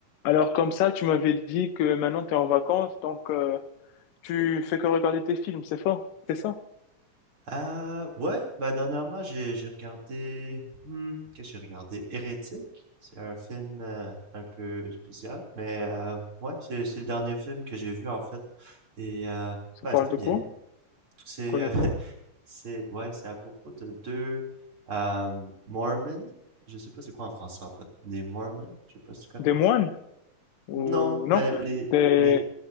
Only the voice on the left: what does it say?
Alors comme ça, tu m'avais dit que maintenant tu es en vacances, donc euh, tu fais que regarder tes films, c'est fort, c'est ça?
Ça
parle
de
quoi?
Je connais
pas.
Des moines? Ou
non?
Des,